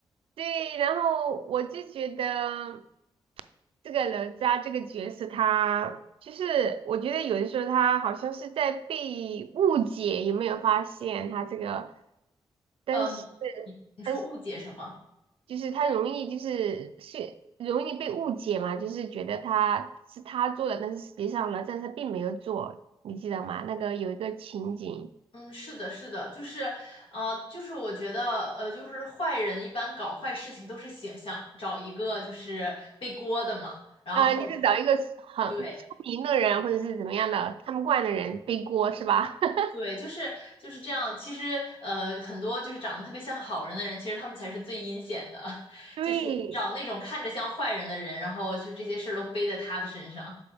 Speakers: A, on the right; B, on the left.
A: 对，然后我就觉得这个哪吒这个角色他，就是我觉得有的时候他好像是在被误解，有没有发现他这个？但是，
B: 呃，你你你说误解什么？
A: 但是。就是他容易就是是容易被误解嘛，就是觉得他是他做的，但是实际上呢，但是他并没有做，你记得吗？那个有一个情景，
B: 嗯，是的，是的，就是，呃，就是我觉得，呃，就是坏人一般搞坏事情都是想想找一个就是背锅的嘛，然后
A: 啊，你是找一个很出名的人或者是怎么样的看不惯的人背锅是吧？
B: 对
A: <laughs>
B: 对，就是就是这样。其实，呃，很多就是长得特别像好人的人，其实他们才是最阴险的，<laughs>
A: 对，
B: 就是找那种看着像坏人的人，然后就这些事儿都背在他的身上，